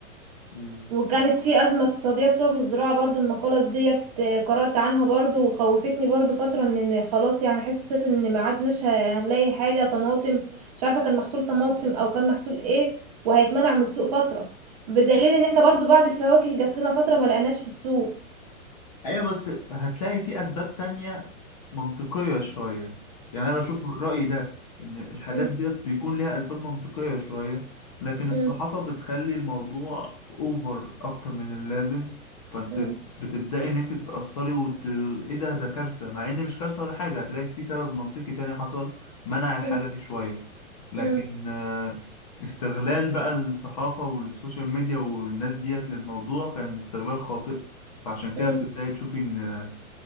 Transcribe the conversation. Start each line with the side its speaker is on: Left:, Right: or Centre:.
Left: مم.
Right: وكانت في أزمة اقتصادية بسبب الزراعة برضو المقالة ديت قرأت عنها برضو وخوفتني برضو فترة إن إن خلاص يعني حسيت إن ما عدناش ه- هنلاقي حاجة طماطم مش عارفة كان محصول طماطم أو كان محصول إيه وهيتمنع من السوق فترة بدليل إن إحنا برضو بعد الفواكه جات لنا فترة ما لقيناش في السوق
Left: ايوه بس هتلاقي في اسباب تانية منطقية شوية يعني انا بشوف رأيي ده ان الحاجات
Right: مم.
Left: ديت بيكون ليها اسباب منطقية شوية لكن الصحافة
Right: مم.
Left: بتخلي الموضوع اوفر اكتر من اللازم فانت
Right: مم.
Left: بتبدأي ان انت تتأثري وت... ايه ده ده كارثة مع ان مش كارثة ولا حاجة هتلاقي في سبب منطقي تاني حصل منع الحاجة
Right: مم.
Left: دي شوية لكن
Right: مم.
Left: آه، استغلال بقى الصحافة والسوشيال ميديا والناس ديت للموضوع كان استغلال خاطئ فعشان كده
Right: مم.
Left: بتبدأي تشوفي إن